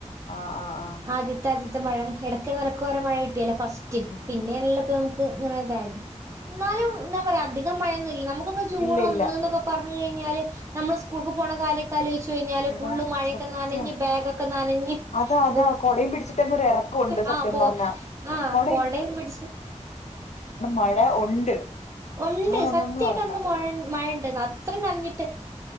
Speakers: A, on the left; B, on the right.
A: ആഹ് ആഹ് ആഹ്
B: ആദ്യത്തെ അഥി മഴ എടക്കും തലക്കോരോ മഴ കിട്ടിയല്ലേ ഫസ്റ്റ്. റ്റ്
A: ഉം
B: പിന്നെയൊള്ളതമുക്ക് <unintelligible> എന്നാലും എന്താ പറയാ അധികം മഴയൊന്നുൽ നമക് ന്നൊക്കെ ജൂൺ
A: ഇല്ല
B: ഒന്ന്ന്നൊക്കെ
A: ഇല്ല
B: പറ ന്ന്‌ കഴിഞ്ഞാല് നമ്മള് സ്കൂൾക്ക് പോണ കാര്യോക്കെയാലോചിച്ച് വിട്ട് കഴിഞ്ഞാല്
A: എടാ
B: ഫുള്ള് മഴയൊക്കെ
A: സത്യം
B: നനഞ്ഞ് ബെഗൊക്കെ നനഞ്ഞ്
A: അതാ അതാ
B: ബുക്ക്
A: കൊടയും പിടിച്ചിട്ടന്നൊരെറകൊണ്ട് സത്യം
B: ആ പോ
A: പറഞ്ഞാ
B: ആ
A: കൊട
B: കൊടയും പിടിച്ച്
A: മഴ ഉണ്ട്
B: ഒണ്ട്
A: ജൂൺ ഒന്നന്ന്
B: സത്യായിട്ടൊന്നു
A: പറഞ്ഞ
B: മൊഴ മഴയുണ്ട് അത്രയും നനഞ്ഞിട്ട്